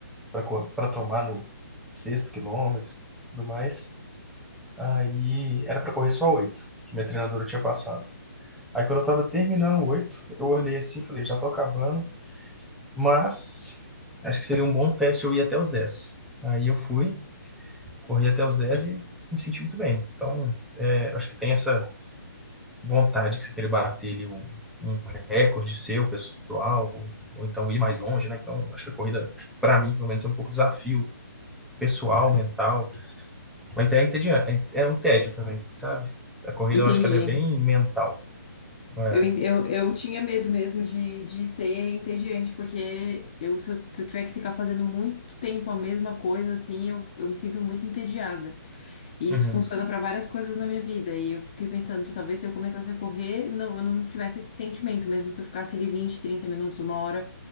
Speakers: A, in the centre; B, on the left.
A: pra co- pra tomar no sexto quilômetro e tudo mais. Aí era pra correr só oito, que minha treinadora tinha passado. Aí quando eu tava terminando o oito, eu olhei assim e falei, já tô acabando. Mas acho que seria um bom teste eu ir até os dez Aí eu fui, corri até os 10 e me senti muito bem. Então, é, acho que tem essa vontade que você querer bater ali um, um recorde seu, pessoal, ou, ou então ir mais longe, né? Então, acho que a corrida, para mim, pelo menos, é um pouco desafio pessoal, mental. Mas é entediante, é um tédio também, sabe? A corrida,
B: Entendi.
A: eu acho que ela é bem mental. É.
B: Eu, en- eu, eu tinha medo mesmo de, de ser entediante, porque eu, se eu, se eu tiver que ficar fazendo muito tempo a mesma coisa, assim, eu, eu me sinto muito entediada. E
A: Uhum,
B: isso funciona para várias coisas na minha vida. E eu fiquei pensando, talvez se eu começasse a correr, não, eu não tivesse esse sentimento, mesmo que eu ficasse ali 20 30 minutos, uma hora